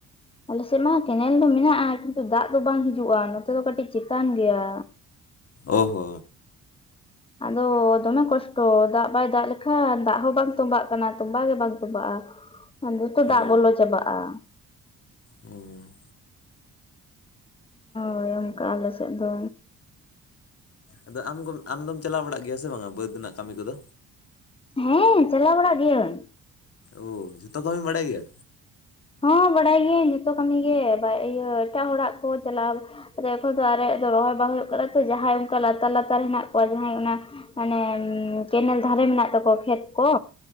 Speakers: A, on the left (about 20°); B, on the left (about 50°).
A: ᱟᱞᱮᱥᱮᱜ ᱢᱟ ᱠᱮᱱᱮᱞ ᱫᱚ ᱢᱮᱱᱟᱜᱼᱟ᱾ ᱠᱤᱱᱛᱩ ᱫᱟᱜ ᱫᱚ ᱵᱟᱝ ᱦᱤᱡᱩᱜᱼᱟ ᱱᱚᱛᱮ ᱫᱚ ᱠᱟᱹᱴᱤᱡ ᱪᱮᱛᱟᱱ ᱜᱮᱭᱟ᱾
B: ᱚ ᱦᱳ
A: ᱟᱫᱚ ᱫᱚᱢᱮ ᱠᱚᱥᱴᱚ ᱫᱟᱜ ᱵᱟᱭ ᱫᱟᱜ ᱞᱮᱠᱷᱟᱱ ᱫᱟᱜ ᱦᱚᱸ ᱵᱟᱝ ᱛᱚᱵᱟᱜ ᱠᱟᱱᱟ ᱛᱚᱢᱵᱟ ᱜᱮ ᱵᱟᱝ ᱛᱚᱸᱚᱵᱟᱜᱼᱟ᱾ ᱟ ᱡᱚᱛᱚ ᱫᱟᱜ
B: ᱚ
A: ᱵᱚᱞᱚ ᱪᱟᱵᱟᱜ-ᱟ᱾
B: ᱚᱸᱻ
A: ᱦᱳᱭ ᱚᱝᱠᱟ ᱟᱞᱮᱥᱮᱜ ᱫᱚ᱾
B: ᱟᱫᱚ ᱟᱢ ᱟᱢᱜᱚᱢ ᱟᱢᱫᱚᱢ ᱪᱟᱞᱟᱣ ᱵᱟᱲᱟᱜ ᱜᱮᱭᱟ ᱥᱮ ᱵᱟᱝᱟ ᱵᱟᱹᱫᱽ ᱨᱮᱱᱟᱜ ᱠᱟᱹᱢᱤ ᱠᱚᱫᱚ?
A: ᱦᱮᱸ ᱪᱟᱞᱟᱣ ᱵᱟᱲᱟᱜ ᱜᱤᱭᱟᱹᱧ᱾
B: ᱳ ᱡᱷᱚᱛᱚ ᱠᱟᱹᱢᱤᱢ ᱵᱟᱲᱟᱭ ᱜᱮᱭᱟ?
A: ᱦᱚᱸ ᱵᱟᱲᱟᱭ ᱜᱤᱭᱟᱹᱧ ᱡᱚᱛᱚ ᱠᱟᱹᱢᱤ ᱜᱮ ᱵᱟ ᱤᱭᱟᱹ ᱮᱴᱟᱜ ᱦᱚᱲᱟᱜ ᱠᱚ ᱪᱟᱞᱟᱣ ᱨᱮ ᱠᱚᱫᱚ ᱟᱨᱮᱭᱟᱜ ᱫᱚ ᱨᱚᱦᱚᱭ ᱵᱟᱝ ᱦᱩᱭᱩᱜ ᱠᱟᱱᱟ ᱛᱚ ᱡᱟᱦᱟᱸᱭ ᱚᱱᱠᱟ ᱞᱟᱛᱟᱨ ᱞᱟᱛᱟᱨ ᱦᱮᱱᱟᱜ ᱠᱚᱣᱟ ᱡᱟᱦᱟᱸᱭ ᱚᱱᱟ ᱢᱟᱱᱮ ᱠᱮᱱᱮᱞ ᱫᱷᱟᱨᱮ ᱢᱮᱱᱟᱜ ᱛᱟᱠᱚᱣᱟ ᱠᱷᱮᱛ ᱠᱚ᱾